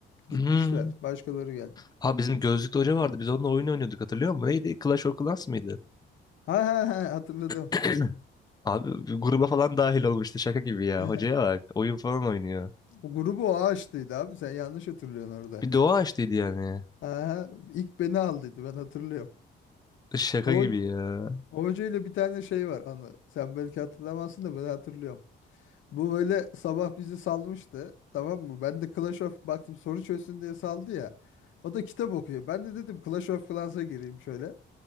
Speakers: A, on the left; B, on the left.
A: Gitmişler.
B: Hmm.
A: Başkaları gelmiş.
B: Ha bizim gözlüklü hoca vardı. Biz onunla oyun oynuyorduk hatırlıyor musun? Neydi? Clash of Clans mıydı?
A: Ha ha ha hatırladım.
B: <clears throat> Abi bir gruba falan dahil olmuştu şaka gibi ya.
A: <laughs>
B: Hocaya bak. Oyun falan oynuyor.
A: O grubu o açtıydı abi. Sen yanlış hatırlıyorsun orada.
B: Bir doğa açtıydı yani.
A: Ha ha ilk beni aldıydı ben hatırlıyorum.
B: E, Şaka
A: O,
B: gibi
A: hoc-
B: ya.
A: o hocayla bir tane şey var anı. Sen belki hatırlamazsın da ben hatırlıyorum. Bu böyle sabah bizi salmıştı. Tamam mı? Ben de Clash of baktım soru çözsün diye saldı ya. O da kitap okuyor. Ben de dedim Clash of Clans'a gireyim şöyle.